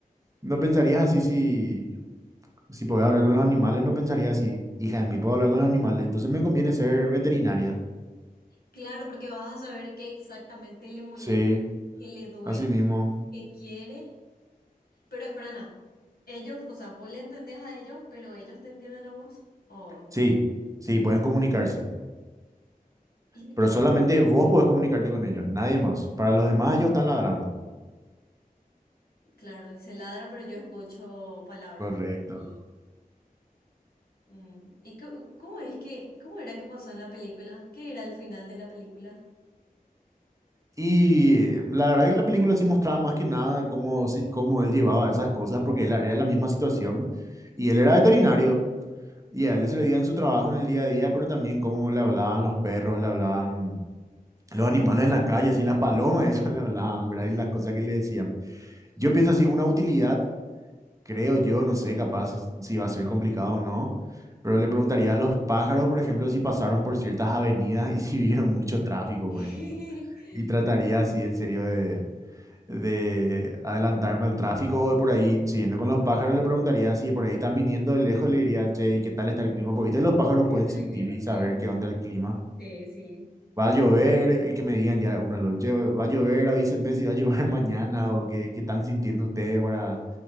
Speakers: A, on the right; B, on the left.
A: no pensarías así si, si podés hablar con los animales, no pensarías así, hija de mí, puedo hablar con los animales, entonces me conviene ser veterinaria.
B: Claro, porque vas a saber qué exactamente le molesta,
A: Sí,
B: qué le duele,
A: así mismo.
B: qué quiere. Pero espera, Ana, ellos, o sea, vos le entendés a ellos, pero ellos te entienden a vos, ¿o no?
A: Sí, sí, pueden comunicarse,
B: ¿Y de
A: pero
B: qué?
A: solamente vos podés comunicarte con ellos, nadie más. Para los demás, ellos están ladrando.
B: Claro, y se ladra, pero yo escucho palabras.
A: Correcto.
B: Dale. Mm, ¿Y cómo cómo es que, cómo era que pasó en la película? ¿Qué era el final de la película?
A: Y eh, la verdad que la película sí mostraba más que nada cómo, sí- cómo él llevaba esas cosas, porque él- era la misma situación. Y él era veterinario, y a él se le veía en su trabajo en el día a día, pero también cómo le hablaban los perros, le hablaban
B: Claro.
A: los animales en la calle, así las palomas, <laughs> eso le hablaban, ¿verdad? Y las cosas que le decían. Yo pienso así, una utilidad, creo yo, no sé capaz si va a ser complicado o no, pero le preguntaría a los pájaros, por ejemplo, si pasaron por ciertas avenidas y <laughs> si vieron mucho tráfico,
B: <laughs>
A: por ejemplo. Y trataría así, en serio, de de adelantarme al tráfico o de por ahí, siguiendo con los pájaros, le preguntaría si por ahí están viniendo de lejos, le diría, che, ¿y qué tal está el clima? Porque viste, los pájaros
B: Yo
A: pueden
B: también
A: sentir
B: creo,
A: y
B: sí,
A: saber qué onda el clima.
B: sí, sí.
A: Va a llover, y que me digan ya una noche, va a llover, avísenme si va a llover <laughs> mañana o qué, qué están sintiendo ustedes para,